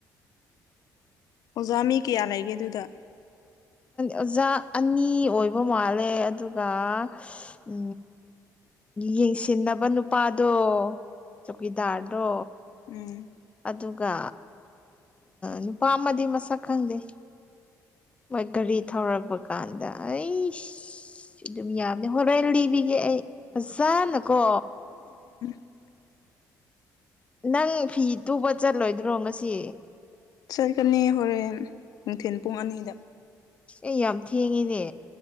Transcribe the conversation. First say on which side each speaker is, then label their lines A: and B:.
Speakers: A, on the left; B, on the left.
A: ꯑꯣꯖꯥ ꯃꯤ ꯀꯌꯥ ꯂꯩꯒꯦ ꯑꯗꯨꯗ
B: ꯑꯣꯖꯥ ꯑꯅꯤ ꯑꯣꯏꯕ ꯃꯥꯜꯂꯦ ꯑꯗꯨꯒ ꯎ ꯌꯦꯡꯁꯤꯟꯅꯕ ꯅꯨꯄꯥꯗꯣ ꯆꯧꯀꯤꯗꯥꯔꯗꯣ
A: ꯎꯝ
B: ꯑꯗꯨꯒ ꯅꯨꯄꯥ ꯑꯃꯗꯤ ꯃꯁꯛ ꯈꯪꯗꯦ ꯃꯣꯏ ꯒꯥꯔꯤ ꯊꯧꯔꯛꯄ ꯀꯥꯟꯗ ꯑꯩ ꯑꯗꯨꯝ ꯌꯥꯝꯅꯤ ꯍꯣꯔꯦꯟ ꯂꯤꯕꯤꯒꯦ ꯑꯩ ꯐꯖꯥꯅꯀꯣ
A: <inaudible>
B: ꯅꯪ ꯐꯤ ꯇꯨꯕ ꯆꯠꯂꯣꯏꯗ꯭ꯔꯣ ꯉꯁꯤ
A: ꯆꯠꯀꯅꯤ ꯍꯣꯔꯦꯟ ꯅꯨꯡꯊꯤꯟ ꯄꯨꯡ ꯑꯅꯤꯗ꯫
B: ꯑꯦ ꯌꯥꯝ ꯊꯦꯡꯉꯤꯅꯦ꯫